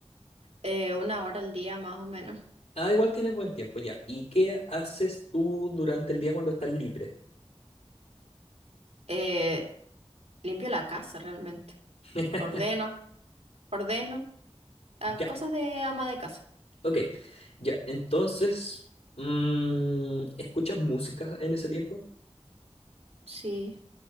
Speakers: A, on the right (about 80°); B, on the left (about 80°).
A: Eh, una hora al día más o menos.
B: Ah, igual tienes buen tiempo ya. ¿Y qué haces tú durante el día cuando estás libre?
A: Eh, limpio la casa realmente.
B: <laughs>
A: Ordeno, ordeno, ah,
B: Ya,
A: cosas de ama de casa.
B: ok. Ya, entonces, mm, ¿escuchas música en ese tiempo?
A: Sí,